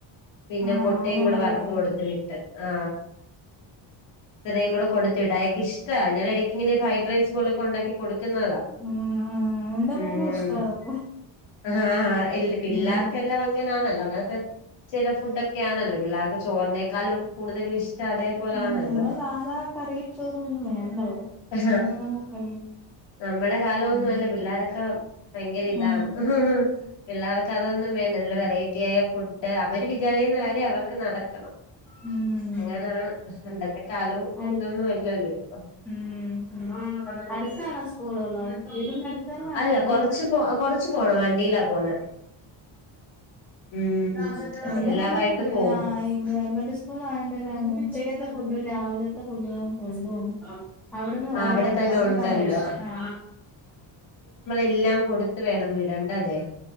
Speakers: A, on the left (about 65°); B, in the centre.
A: പിന്നെ
B: ആഹ്
A: മുട്ടയും
B: അത് നല്ലായിരിക്കും
A: കൂടെ വറുത്ത് കൊടുത്ത് വിട്ട് ആ ഇത്രയും കൂടെ കൊടുത്ത് വിട്ട് അയാക്ക് ഇഷ്ടാ ഞാൻ ഇടയ്ക്കിങ്ങനെ ഫൈ റൈസ് പോലൊക്കെ ഉണ്ടാക്കി കൊടുക്കുന്നതാ
B: ഉം ഉം എന്റെ
A: ഉം
B: മോനും ഇഷ്ടാ അതൊക്കെ
A: ആഹ് ഇല്ല പിള്ളേർക്കെല്ലാം
B: ഉം ഉം
A: അങ്ങനെയാണല്ലോ അങ്ങനത്തെ ചില ഫുഡൊക്കെ ആണല്ലോ പിള്ളേർക്ക് ചോറിനേക്കാളും കൂടുതലും ഇഷ്ടം അതേപോലൊണല്ലോ
B: ഉം നമ്മള് സാധാ കറിയും ചോറും ഒന്നും വേണ്ട അവർക്ക്
A: ആ
B: അവനിങ്ങനെ കഴിയും
A: നമ്മടെ കാലമൊന്നും
B: ഉം
A: അല്ല പിള്ളേരൊക്കെ ഭയങ്കര ഇതാണ്
B: ഉം
A: പിള്ളേർക്ക് അതൊന്നും വേണ്ട നല്ല വെറൈറ്റി ആയ ഫുഡ് അവര് വിചാരിക്കുന്ന കാര്യം അവർക്ക് ക്ക് നടക്കണം
B: ഉം
A: അങ്ങനാ പണ്ടത്തെ കാലവും
B: അടു
A: ഇതൊന്നും അല്ലല്ലോ ഇപ്പം
B: ഉം അടുത്താണോ സ്കൂളുകള് വീടിന് അടുത്ത് തന്നെയാണോ
A: അല്ല
B: സ്കൂള്
A: കൊറച്ച് പോ കൊറച്ച് പോണം വണ്ടിയിലാ പോണെ
B: <unintelligible>
A: ഉം അപ്പൊ
B: എന്റെ
A: എല്ലാവായിട്ട്
B: മോനും <unintelligible>
A: പോകും
B: ആഹ് ഈ ഗവൺമെന്റ് സ്കൂൾ ആയകൊണ്ട് പിന്നെ ഉച്ചക്കത്തെ ഫുഡും രാവിലത്തെ ഫുഡും കൊണ്ട് പോണ്ട അവിടന്ന്
A: ആ
B: അവിടെ ഉണ്ട്
A: തന്നെ
B: അവിടുന്നാ
A: ഉണ്ടല്ലോ
B: കഴിക്കുന്നെ ആ
A: എല്ലാം കൊടുത്ത് വേണം വിടണ്ടതേ